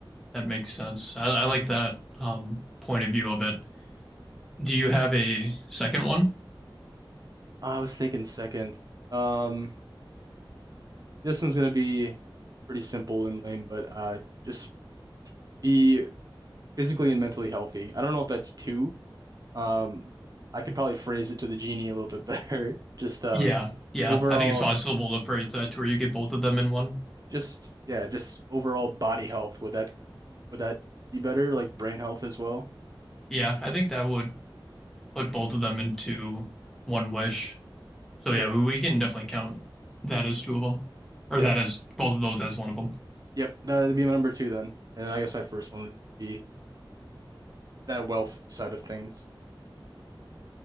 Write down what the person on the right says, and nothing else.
Ah, I was thinking second. Um, this one's gonna be pretty simple and lame, but uh, just be physically and mentally healthy. I don't know if that's two. Um, I could probably phrase it to the genie a little bit better. <laughs> Just uh,
overall,
just yeah, just overall body health. Would that Would that be better? Like brain health as well?
Sure.
Yeah.
Yep. That'd be my number two then. And then I guess my first one would be that wealth side of things.